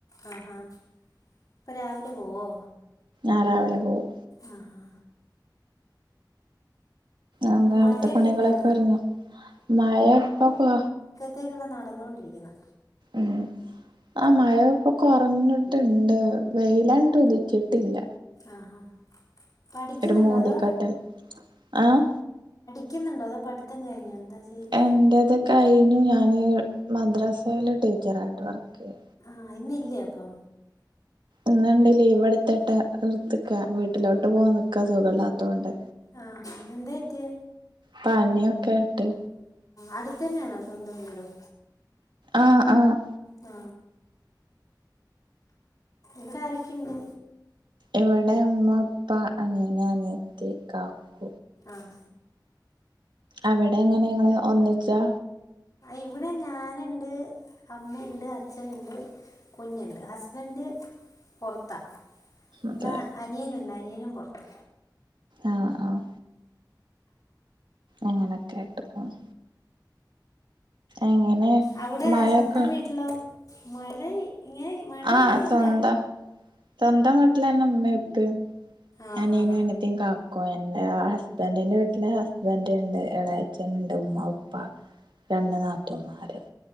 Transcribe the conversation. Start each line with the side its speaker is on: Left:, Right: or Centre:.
Left: ആഹാ അപ്പൊ രാവിലെ പോവോ
Right: ആ രാവിലെ പോവും
Left: ആഹാ
Right: അങ്ങനെ
Left: പിന്നെ
Right: അവിടുത്തെ
Left: മഴയൊക്കെ
Right: പണികളൊക്കൊരുങ്ങിയോ
Left: ഉണ്ടായിരുന്നോ
Right: മഴ ഇപ്പൊ പോ
Left: ത്തേക്കുള്ള നടന്നുകൊണ്ടിരിക്കുന്നു
Right: ഉം ആ മഴ ഇപ്പൊ കുറഞ്ഞ്ട്ട് ണ്ട് വെയിലണ്ടുതിച്ചിട്ടില്ല
Left: ആ ഹാ പഠിക്കുന്നുണ്ടോ
Right: ഒരു മൂടിക്കെട്ടൽ
Left: അതോ
Right: ആഹ്
Left: പിഠിക്കുന്നുണ്ടോ അതോ പഠ്ത്തം കഴിഞ്ഞോ എന്താ ചെയ്യുന്നത്
Right: എന്റെത് കഴിഞ്ഞു ഞാന് മദ്രസയില് ടീച്ചറായിട്ട് വർക്ക് ചെയ്യാ
Left: ആഹ് ഇന്നില്ലേ അപ്പൊ
Right: ഇന്നുണ്ട് ലീവെട്ത്ത്ട്ട് എട്ത്ത്ക്കാ വീട്ടിലോട്ട് പോവാനിക്കാ സുഖല്ലാത്തോണ്ട്
Left: ആഹാ എന്താപറ്റ്യേ
Right: പനിയൊക്കെയായിട്ട്
Left: അടുത്ത് തന്നെയാണോ സ്വന്തം വീടും
Right: ആഹ് ആഹ്
Left: ആ ഇവിടെ ആരൊക്കെയുണ്ട്
Right: ഇവിടെ ഉമ്മ, ഉപ്പ, അനിയൻ, അനിയത്തി, കാക്കു.
Left: ആഹ്
Right: അവിടെ എങ്ങനെ ഇങ്ങള് ഒന്നിച്ചാ
Left: ഇവിടെ ഞാനുണ്ട് അമ്മയുണ്ട് അച്ഛനുണ്ട് കുഞ്ഞുണ്ട്. ഹസ്ബൻഡ് പുറത്താ പിന്നെ
Right: അതെ
Left: അനിയനുണ്ട് അനിയനും പുറത്താ
Right: ആഹ് ആഹ് അങ്ങനൊക്കൊയായിട്ട് പോണ് എങ്ങനെ
Left: അവിടെ
Right: മഴൊക്കെ
Left: സ്വന്തം വീട്ടിലോ. മഴ ഇങ്ങനെ മഴ
Right: ആഹ്
Left: അങ്ങനെ
Right: സ്വന്തം
Left: ഇല്ല
Right: സ്വന്തം വീ വീട്ടിലെന്നെ ഉമ്മയും ഉപ്പയും
Left: ആഹ്
Right: അനിയനും
Left: ഹാ ഹാ
Right: അനിയത്തിയും കാക്കും എന്റെ ഹസ്ബൻ്റിന്റെ വീട്ടില് ഹസ്ബൻ്റ് ഉണ്ട് ഇളയച്ഛൻ ഉമ്മ ഉപ്പ രണ്ട് നാത്തൂൻമാര്